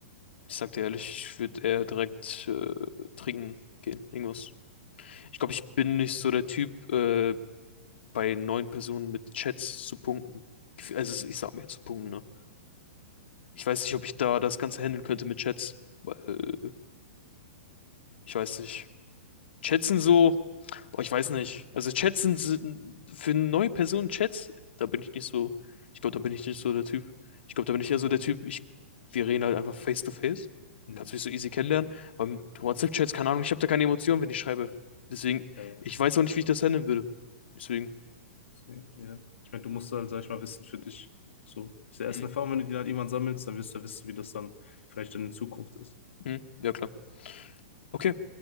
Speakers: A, on the left; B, on the left.
A: ich sag dir ehrlich, ich würde eher direkt äh, trinken gehen, irgendwas. Ich glaube, ich bin nicht so der Typ, äh, bei neuen Personen mit Chats zu punkten. Gef- Also, ich sag mir zu punkten, ne? Ich weiß nicht, ob ich da das Ganze handeln könnte mit Chats, weil, äh, ich weiß nicht. Chats sind so,
B: Ja,
A: boah, ich weiß nicht. Also Chats sind, sind für neue Personen Chats, da bin ich nicht so, ich glaube, da bin ich nicht so der Typ. Ich glaube, da bin ich eher so
B: hm,
A: der Typ, ich, wir reden halt einfach face to face.
B: ne,
A: Kannst mich so easy kennenlernen. Beim WhatsApp-Chats, keine Ahnung, ich habe da keine Emotionen, wenn ich schreibe. Deswegen,
B: ja, ja.
A: ich weiß auch nicht, wie ich das handeln würde. Deswegen,
B: Deswegen, ja. Ich meine, du musst halt, sag ich mal, wissen für dich, so, diese ersten
A: hm,
B: Erfahrungen, wenn du die dann irgendwann sammelst, dann wirst du ja wissen, wie das dann vielleicht dann in Zukunft ist.
A: hm, ja klar. Okay,